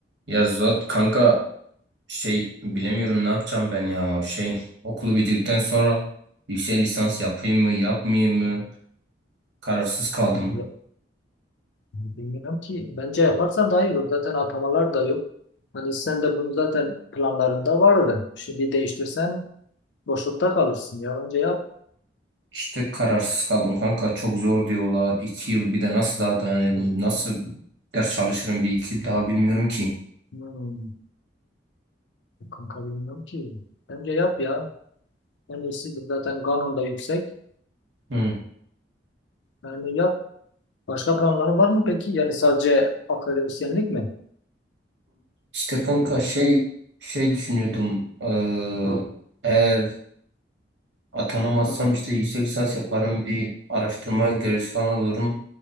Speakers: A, on the right; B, on the left.
A: Ya Zuhat kanka şey bilemiyorum ne yapacağım ben ya şey okulu bitirdikten sonra yüksek lisans yapayım mı yapmayayım mı kararsız kaldım.
B: Ya, bilmiyorum ki. Bence yaparsan daha iyi olur. Zaten atamalar da yok. Hani sen de bunu zaten planlarında vardı. Şimdi değiştirsen boşlukta kalırsın ya. Bence yap.
A: İşte kararsız kaldım kanka çok zor diyorlar iki yıl bir de nasıl daha dayanırım nasıl ders çalışırım bir iki yıl daha bilmiyorum ki.
B: Hmm, kanka bilmiyorum ki. Bence yap ya. En iyisidir. Zaten kanun da yüksek.
A: Hı.
B: Yani yap. Başka planların var mı peki? Yani sadece akademisyenlik mi?
A: İşte kanka şey şey düşünüyordum eee, eğer atanamazsam
B: Hmm,
A: işte yüksek lisans yaparım bir araştırma görevlisi falan olurum.